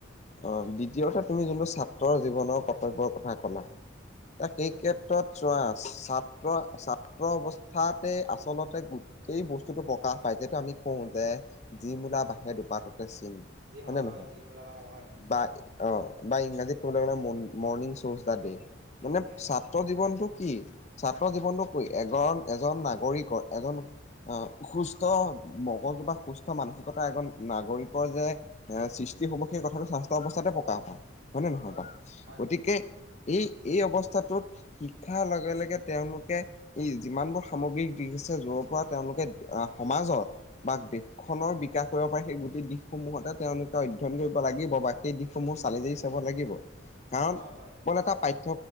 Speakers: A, on the left; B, on the right.
A: অ', দ্বিতীয় কথা তুমি যেনিবা ছাত্ৰৰ জীৱনৰ কৰ্তব্যৰ কথা কলা এ সেই
B: উম,
A: ক্ষেত্ৰত চোৱা ছাত্ৰ ছাত্ৰ অৱস্থাতে আচলতে এই বস্তুতটো প্ৰকাশ পায় যিহেতু আমি কওঁ যে যি মূলা বঢ়াহে দুপাত ততে চিন
B: যি হয়,
A: নে নহয়
B: হয় যি মূলা বাঢ়ে হয়।
A: বা অ', বা ইংৰাজীত ক'বলৈ গলে মৰ্ণিং শ্বজ দা দে মানে
B: য়েছ
A: ছাত্ৰ জীৱনটো কি ছাত্ৰ জীৱনতটো ক এজন এজন নাগৰিকৰ এজন আহ সুস্থ মগজু বা সুস্থ মানসিকতা এজন নাগৰিকৰ যে এ সৃষ্টি হ'ব সেই কথাটো স্বাস্থ্যৰ অৱস্থাতে প্ৰকাশ হয় নে
B: একদম
A: নহয় বাৰু
B: হয়
A: গতিকে
B: হয়
A: এই এই অৱস্থাটোত শিক্ষাৰ লগে, লগে তেওঁলোকে ই যিমানবোৰ সামগ্ৰিক দিশ আছে যৰ পৰা তেওঁলোকে আহ সমাজৰ বা দেশখনৰ বিকাশ কৰিব পাৰে সেই গোটেই দিশসমূহতে তেওঁলোকে অধ্যয়ন কৰিব। লাগিব সেই দিশসমূহ চালি যাৰি চাব লাগিব কাৰণ
B: হয় হয়
A: কন এটা পাঠ্য